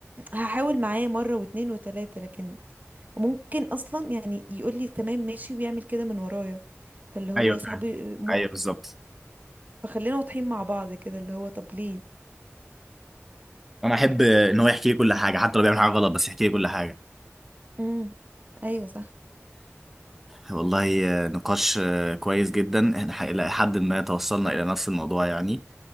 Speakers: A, on the right; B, in the centre.
A: هحاول معاه مرة واتنين وتلاتة لكن ممكن اصلا يعني يقول لي تمام ماشي ويعمل كده من ورايا فاللي هو
B: ايوه فاهم
A: صحابي مو...
B: ايوه بالظبط
A: فخلينا واضحين مع بعض كده اللي هو طب ليه
B: انا احب ان هو يحكي لي كل حاجه حتى لو بيعمل حاجه غلط بس يحكي لي كل حاجه
A: امم ايوه صح
B: والله آه، نقاش آه، كويس جدا احنا ح- الى حد ما توصلنا الى نفس الموضوع يعني